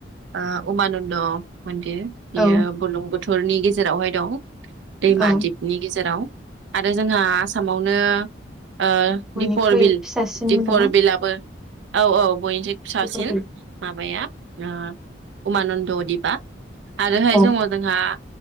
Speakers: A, on the right; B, in the centre.
A: ओ उमानन्द मन्दिर
B: औ
A: बेयो बुरलुंबुथ बुथुरनि गेजेरावहाय दं दैमा
B: औ
A: दिपनि गेजेराव आरो जोंहा आसामाव नो ओ
B: बयनिख्रुइ
A: दिपर बिल
B: फिसासिनमोन
A: दिपर
B: नामा
A: बिलाबो औ औ बयनिस फिसासिन
B: दिपर बिल
A: माबाया ओ उमानन्द दिपा आरोहाय
B: औ
A: दंङ जोंहा